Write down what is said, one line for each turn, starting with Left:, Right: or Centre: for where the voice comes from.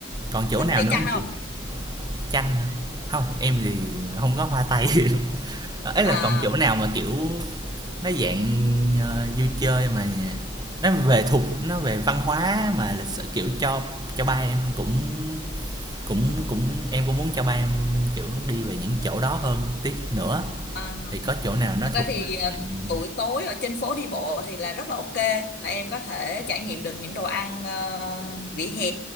Right: Còn chỗ
Left: thích
Right: nào
Left: vẽ
Right: nữa
Left: tranh
Right: hông
Left: không
Right: chị? Chanh hả? Hông, em thì không có hoa tay. <laughs> ấy
Left: à,
Right: là còn chỗ nào mà, kiểu, nó dạng, ờ, vui chơi mà nó về thuộc nó về văn hóa mà lịch sử, kiểu, cho cho ba em cũng Cũng cũng em cũng muốn cho ba em, kiểu, đi về những chỗ đó hơn tí nữa,
Left: à
Right: thì có chỗ nào nó
Left: Thật ra
Right: thuộc
Left: thì à,
Right: diện
Left: buổi tối ở trên phố đi bộ thì là rất là ok, là em có thể trải nghiệm được những đồ ăn ờ, vỉa hè.